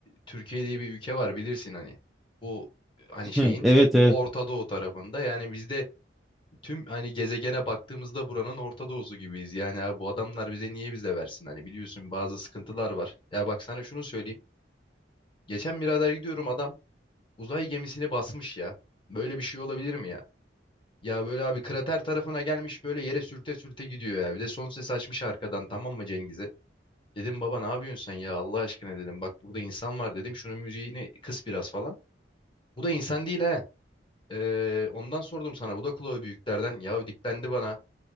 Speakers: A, on the left (about 30°); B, in the centre.
A: Türkiye diye bir ülke var bilirsin hani bu e, hani
B: <laughs>
A: şeyin
B: Evet evet.
A: Orta Doğu tarafında yani bizde tüm hani gezegene baktığımızda buranın Orta Doğu'su gibiyiz yani abi bu adamlar bize niye bize versin hani biliyorsun bazı sıkıntılar var. Ya bak sana şunu söyleyeyim geçen birader gidiyorum adam uzay gemisini basmış ya. Böyle bir şey olabilir mi ya? Ya böyle abi krater tarafına gelmiş böyle yere sürte sürte gidiyor ya. Bir de son ses açmış arkadan tamam mı Cengiz'e? Dedim baba ne yapıyorsun sen ya Allah aşkına dedim. Bak burada insan var dedim. Şunun müziğini kıs biraz falan. Bu da insan değil ha. Ee, ondan sordum sana. Bu da kulağı büyüklerden. Ya diklendi bana.